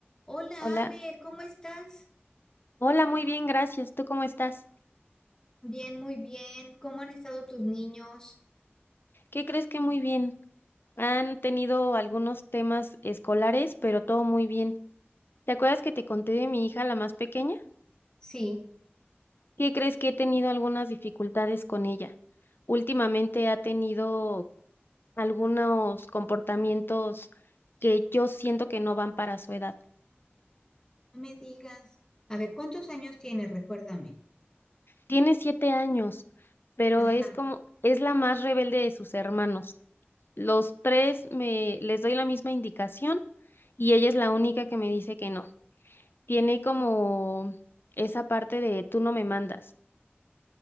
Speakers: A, on the left; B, on the left.
A: Hola
B: Hola,
A: Ale, ¿cómo estás?
B: hola, muy bien, gracias. ¿Tú cómo estás?
A: Bien, muy bien. ¿Cómo han estado tus niños?
B: ¿Qué crees que muy bien? Han tenido algunos temas escolares, pero todo muy bien. ¿Te acuerdas que te conté de mi hija, la más pequeña?
A: Sí,
B: ¿Qué crees que he tenido algunas dificultades con ella? Últimamente ha tenido algunos comportamientos que yo siento que no van para su edad.
A: no me digas. A ver, ¿cuántos años tienes? Recuérdame.
B: Tiene siete años, pero
A: Ajá,
B: es como, es la más rebelde de sus hermanos. Los tres me les doy la misma indicación y ella es la única que me dice que no. Tiene como esa parte de tú no me mandas.